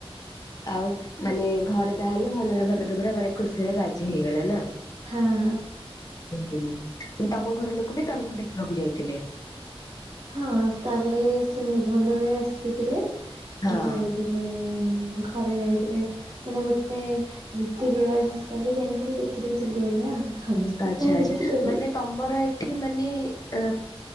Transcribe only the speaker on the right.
ହଁ ହଁ।
ହଁ ତାପରେ ସେ ନିର୍ବନ୍ଧ ବେଳେ ଆସିଥିଲେ
ଏ ଯାଇ ଉନ୍ ଘରେ ଯାଇଥିଲେ ମାନେ ଗୋଟେ ରୀତି ରିବାଜ ହିସାବରେ ଯାଇକି ଖାଲି ଦେଖି ଦେଇ ଚାଲି ଆଇଲେ ଆଉ। ସମସ୍ତେ
ପ୍ରାୟ
ଦେଖିଛନ୍ତି